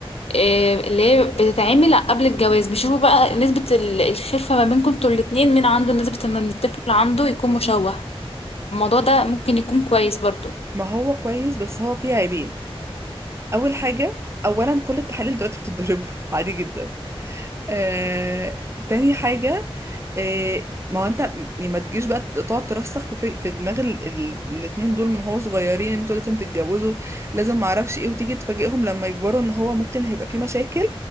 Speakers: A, on the left (about 75°); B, on the right (about 25°).
A: آه، اللي هي بتتعمل قبل الجواز بيشوفوا بقى نسبة ال- الخلفة ما بينكم انتوا الاتنين مين عنده نسبة ان الطفل عنده يكون مشوه الموضوع ده ممكن يكون كويس برضو
B: ما هو كويس بس هو فيه عيبين اول حاجه اولا كل التحاليل دلوقتي بتتضرب <laughs> عادي جدا آه، تاني حاجه آه، ما هو انت م- ما تجيش بقى تقعد ترسخ في في في دماغ ال- ال- الاتنين دول من هو صغيرين ان انتوا لازم تتجوزوا لازم ما اعرفش ايه وتيجي تفاجئهم لما يكبروا ان هو ممكن هيبقى فيه مشاكل